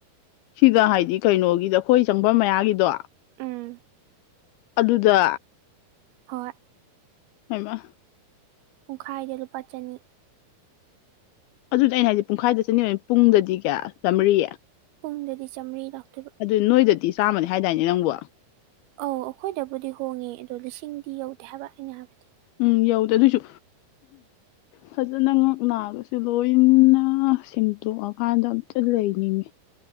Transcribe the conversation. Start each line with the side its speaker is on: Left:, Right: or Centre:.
Left: ꯁꯤꯗ ꯍꯥꯏꯗꯤ ꯀꯩꯅꯣꯒꯤꯗ ꯑꯩꯈꯣꯏ ꯆꯪꯐꯝ ꯃꯌꯥꯒꯤꯗꯣ
Right: ꯎꯝ
Left: ꯑꯗꯨꯗ
Right: ꯍꯣꯏ
Left: ꯍꯩꯃ
Right: ꯄꯨꯡꯈꯥꯏꯗ ꯂꯨꯄꯥ ꯆꯅꯤ
Left: ꯑꯗꯨꯗ ꯑꯩꯅ ꯍꯥꯏꯗꯤ ꯄꯨꯡꯈꯥꯏꯗ ꯆꯅꯤꯑꯣꯏ ꯄꯨꯡꯗꯗꯤ ꯀꯌꯥ ꯆꯥꯃꯔꯤ
Right: ꯄꯨꯡꯗꯗꯤ ꯆꯥꯝꯃꯔꯤ ꯂꯥꯛꯇ꯭ꯣꯏꯕ
Left: ꯅꯣꯏꯗꯗꯤ ꯆꯥꯝꯃꯅꯤ ꯍꯥꯏꯗꯥꯏꯅꯦ ꯅꯪꯕꯨ
Right: ꯑꯧ ꯑꯩꯈꯣꯏꯗꯕꯨꯗꯤ ꯍꯣꯡꯉꯦ ꯑꯗꯣ ꯂꯤꯁꯤꯡꯗꯤ ꯌꯧꯗꯦ ꯍꯥꯏꯕ ꯑꯩꯅ ꯍꯥꯏꯕꯗꯤ
Left: ꯎꯝ ꯌꯥꯎꯗꯦ ꯑꯗꯨꯏꯁꯨ ꯐꯖꯅ ꯉꯛ ꯅꯥꯒꯁꯨ ꯂꯣꯏꯅ ꯁꯦꯡꯇꯣꯛꯑꯀꯥꯟꯗ ꯑꯝꯇ ꯂꯩꯅꯤꯡꯉꯤ